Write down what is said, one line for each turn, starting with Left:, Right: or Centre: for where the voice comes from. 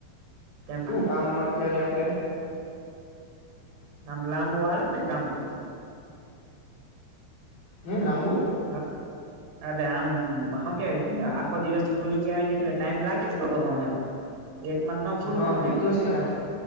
Right: કેમ
Left: શું કામમાં અત્યારે આપડે
Right: આમ લાંબુ વાળ છે ને કામ કરજો
Left: હે નામવું
Right: હ અલે આમ શમ કેવાય આખો દિવસ ની ઓલી કવાને એટલે ટાઈમ લાગે ને થોડો ઘણો એમ એકમાં જ નવ પૂરું
Left: હા
Right: થાય
Left: હા
Right: ને
Left: ઈ તો છે હા